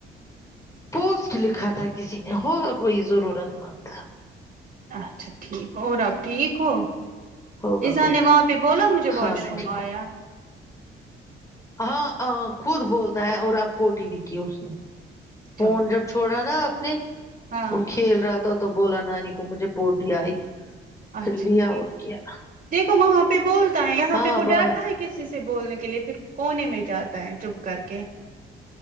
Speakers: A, on the left; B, on the right.
A: پوسٹ لکھا تھا کسی نے ہوگا کوئی ضرورت مند
B: اچھا ٹھیک اور آپ ٹھیک ہو
A: ہوگا
B: ایذا
A: کوئی
B: نے وہاں پہ بولا مجھے واش
A: ہاں میں
B: روم
A: ٹھیک
B: آیا
A: ہوں ہاں خود بولتا ہے اور آپ پوٹی بھی کی اس نے فون
B: چلو ٹھیک
A: جب چھوڑا نا آپ نے
B: ہاں
A: وہ کھیل رہا تھا تو بولا نانی کو مجھے پوٹی آئی
B: اچھا
A: پھر لیا
B: ٹھیک
A: اور کیا
B: دیکھو وہاں پہ بول یہاں
A: ہاں
B: پہ وہ
A: با
B: ڈرتا ہے کسی سے بولنے کا کے لیے پھر کونے میں جاتا ہے چپ کر کے